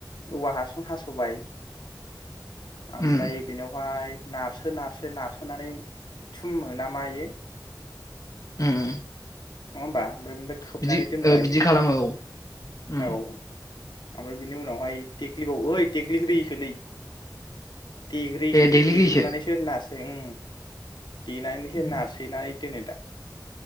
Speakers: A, on the left; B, on the left.
A: औवा हासुं हास'बाय ओमफ्राय
B: उम
A: बेनावहाय नारसो नारसो नारसोनानै थुमो ना मायो।
B: उम
A: नङा होमबा? ओमफ्राय बेनिफ्राय खोबनानै
B: बिदि
A: दोनबाय।
B: ओ बिदि खालामो औ उम
A: औ ओमफ्राय बिनि उनावहाय देग्लिबावो ओइ देग्लिग्रोयोसोलै देग्रोयोसो
B: ए देग्लिग्रोयोसो
A: देग्रोनानैसो नारसो उम देनानैसो
B: उम
A: नारसोनाय दोनो दा।